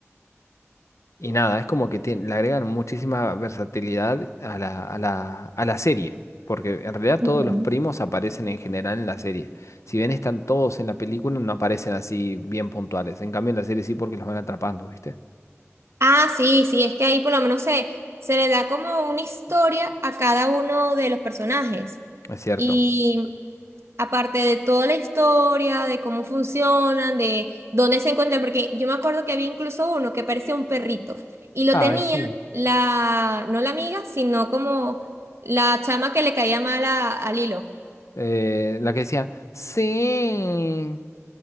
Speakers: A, on the left; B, on the right.
A: y nada, es como que tie- le agregan muchísima versatilidad a la, a la, a la serie, porque en realidad
B: Ujú.
A: todos los primos aparecen en general en la serie. Si bien están todos en la película, no aparecen así bien puntuales. En cambio, en la serie sí porque los van atrapando, ¿viste?
B: Ah, sí, sí, es que ahí por lo menos se, se le da como una historia a cada uno de los personajes.
A: Es cierto.
B: Y aparte de toda la historia, de cómo funcionan, de dónde se encuentran, porque yo me acuerdo que había incluso uno que parecía un perrito y lo
A: Ay,
B: tenía
A: sí.
B: la, no la amiga, sino como la chama que le caía mal a, a Lilo.
A: Eh, la que decía, sí.